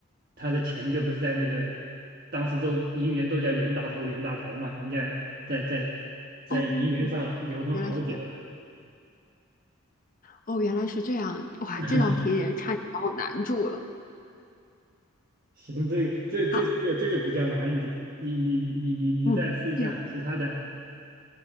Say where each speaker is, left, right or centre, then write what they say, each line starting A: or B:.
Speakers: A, on the right (about 45°); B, on the left (about 40°).
A: 他的钱就不是在那个当时都银元都叫袁大头袁大头嘛，人家在在在银元上流通好久了。
B: 哦，原来是这样，哦，原来是这样，哇，
A: <laughs>
B: 这道题也差点把我难住了。
A: 行，这个这这这个这个比较难一点，
B: 好，
A: 你你你你你再试一下其他的。
B: 嗯，对，